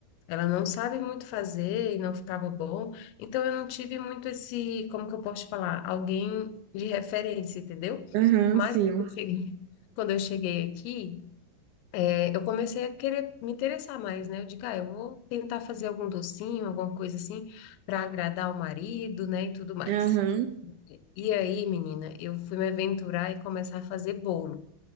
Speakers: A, on the left (about 85°); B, on the right (about 75°).
A: Ela não sabe muito fazer e não ficava bom. Então eu não tive muito esse, como que eu posso falar, alguém de referência, entendeu?
B: Aham,
A: Mas
B: sim.
A: quando eu cheguei <laughs> quando eu cheguei aqui, eh, eu comecei a querer me interessar mais, né? Eu digo, ah, eu vou tentar fazer algum docinho, alguma coisa assim, para agradar o marido, né, e tudo mais.
B: Aham.
A: E aí, menina, eu fui me aventurar e começar a fazer bolo.